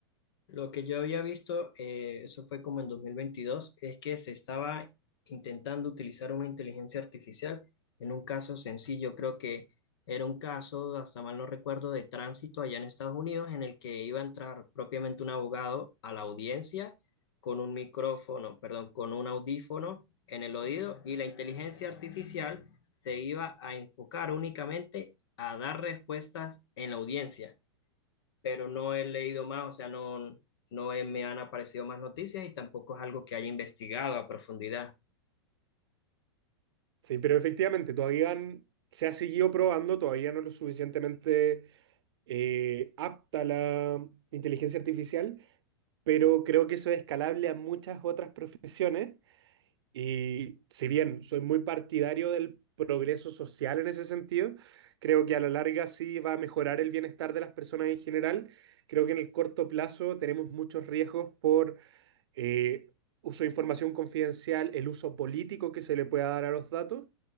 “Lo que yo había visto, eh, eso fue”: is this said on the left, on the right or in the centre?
Left